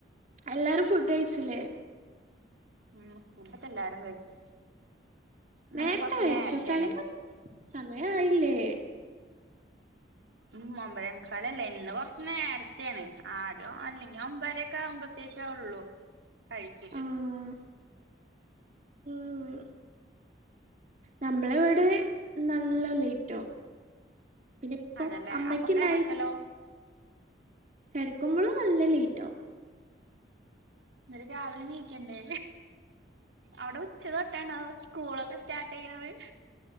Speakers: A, on the right (about 40°); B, on the right (about 75°).
A: എല്ലാരും ഫുഡ് കഴിച്ചില്ലേ
B: ഉം ഫുഡൊക്കെല്ലാരും കഴിച്ചു ഇന്നൊക്കെ
A: നേരത്തെ
B: കൊറച്ച്
A: കയ്ച്ചു
B: നേരത്തെയാണ്
A: ടൈമ് സമയായില്ലേ
B: ഉം ഒമ്പതെ മുക്കാലല്ലേ ഇന്ന് കൊറ്ച് നേരത്തെണ് ആദ്യം അല്ലെങ്കി ഒമ്പരൊക്കെ ആവുമ്പത്തേ ത്തെള്ളൂ കഴിക്കല്
A: ആഹ് ഉം നമ്മള വടെ നല്ല ലൈറ്റവും പിന്നെ ഇപ്പം
B: അതല്ലേ
A: അമ്മക്യണ്ടായി
B: അപ്പൊ കിടക്കലോ
A: കെടക്കുമ്പളും നല്ല ലേറ്റാവും
B: ന്നട്ട് രാവിലെ നീക്കണ്ടേ അവിടെ ഉച്ച തൊട്ടാണോ സ്കൂളൊക്കെ സ്റ്റാർട്ടേയ്യ്ണത്